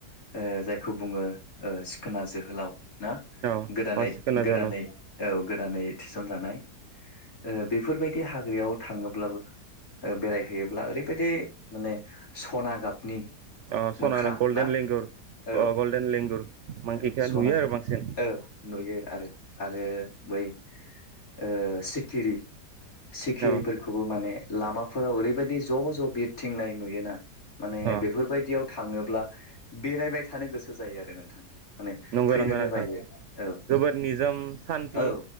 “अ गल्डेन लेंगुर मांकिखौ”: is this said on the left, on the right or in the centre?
Right